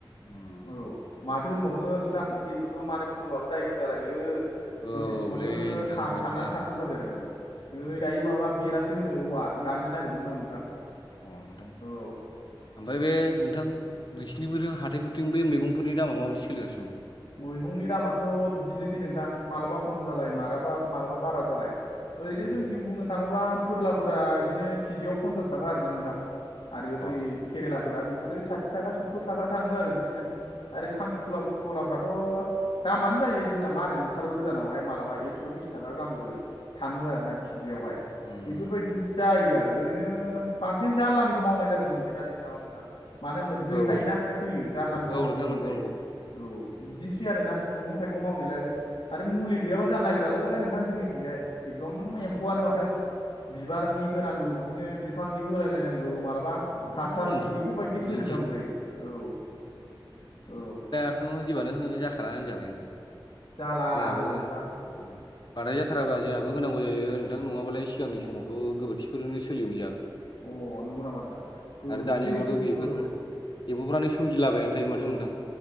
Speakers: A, on the left; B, on the left.
A: उम
B: औ माथो होनबावनो नोंथां जेबोथ' माने बुंबाबो दायसो जालायो गोसो
A: औलै
B: सिङावनो
A: नोंथां
B: था
A: बेनोथ'नो
B: साननानै थानांगौ जाबाय आरो। नै
A: औ
B: दायो माबा बेरासो होनो औवा दाननो नागिरदोंमोन आं नोंथां।
A: औ अ नोंथां
B: औ
A: ओमफ्राय बे नोंथां नोंसिरनिबो हाथाइफोरथिं बे मैगंफोरनि दामा माबायदि सोलिगासिनों दं?
B: मैगंनि दामाथ' बिदिनोसै नोंथां मालाबा खम जालाय मालाबा मालाबा बारा जालाय। ओरैनो
A: नोंथां
B: जोंनिथिं बुंनो थाङोबा फोरलाफोरा इदिनो किजियाव पनसास थाखा आरोना नोंथां आरो बै
A: अ
B: केरेलाफोरा बेफोरो साथि थाखा सुततुर थाखा थाङो आरो बि दिनो आरो खांखुला खलाफ्रा थ' दामानो जायो जोंना मा होनो ओंखार गोदानावहाय मालाबा एकस' बिस थाखा गाहामबो थाङो आरो ना किजियावहाय।
A: उम
B: बेफोरबायदि जायो आरो ओरैनो बांसिन जानलानिखौ मावनाय जादों नैबे दा दै दावनथार मानो होनबा दै
A: औ औ
B: थायोना थैयो जानलानिखौ
A: औ
B: मावनो
A: नोंथां
B: गोनां
A: नंगौ
B: जायो।
A: नंगौ
B: औ
A: उम
B: बिदिनो। सैआरो ना मैगं थाइगं मावनायलायआरो आरो मुलि गैयाबा जानो नागि दालै नोंथां जोंनिथिंजाय एकदम एम्फौआनो माथो बिबारनि होनांगौ बिदिनो बिफांनिबो होलाय लायनांगौ मालाबा
A: उम
B: हासारनि
A: नोंथां
B: बेफोरबायदि
A: बिदिनोसै
B: होजोबनांगौ जायो। औ औ
A: दथ' जबानो जाखाला होनजाबाय नोंथां।
B: जाला
A: जोंहाबो
B: औ नोंथां
A: बानायजाथाराबा जोंहाबो होनांगौ जायो नोंथां नङाबालाय सिगांनि समावथ' गोबोरखिफोरजोंनो सोलियोमोन जोंहा
B: अ नंगौ नामा नोंथां गोबोरखिजों
A: आरो दानि जुगावथ'
B: सो
A: बेफोर
B: औ
A: एम्फौफ्रानो सोमजिलाबायानो माथो
B: औ
A: नोंथां